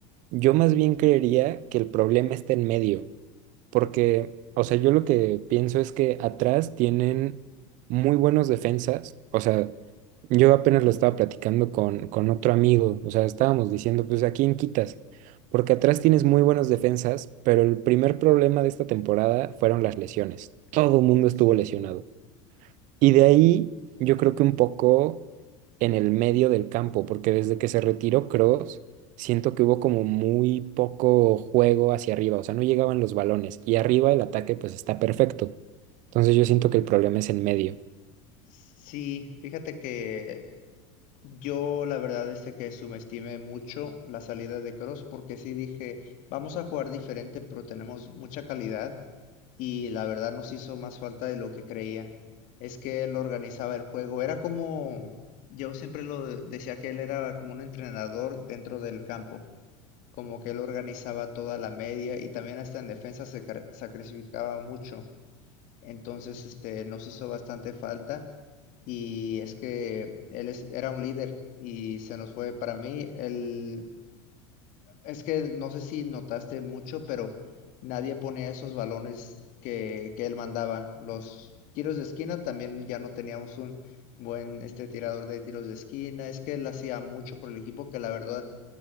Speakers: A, on the right; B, on the left.
A: yo más bien creería que el problema está en medio, porque, o sea, yo lo que pienso es que atrás tienen muy buenos defensas, o sea, yo apenas lo estaba platicando con, con otro amigo, o sea, estábamos diciendo, pues, ¿a quién quitas? Porque atrás tienes muy buenos defensas, pero el primer problema de esta temporada fueron las lesiones. Todo el mundo estuvo
B: Sí.
A: lesionado. Y de ahí, yo creo que un poco en el medio del campo, porque desde que se retiró Kroos, siento que hubo como muy poco juego hacia arriba, o sea, no llegaban los balones y arriba el ataque pues está perfecto. Entonces yo siento que el problema es en medio.
B: Sí, fíjate que yo la verdad es de que subestimé mucho la salida de Cross porque sí dije, vamos a jugar diferente, pero tenemos mucha calidad y la verdad nos hizo más falta de lo que creía. Es que él organizaba el juego. Era como, yo siempre lo de- decía que él era como un entrenador dentro del campo, como que él organizaba toda la media y también hasta en defensa se car- sacrificaba mucho. Entonces, este, nos hizo bastante falta y es que él es- era un líder y se nos fue. Para mí, él es que no sé si notaste mucho, pero nadie ponía esos balones que, que él mandaba. Los tiros de esquina también ya no teníamos un buen este tirador de tiros de esquina. Es que él hacía mucho por el equipo, que la verdad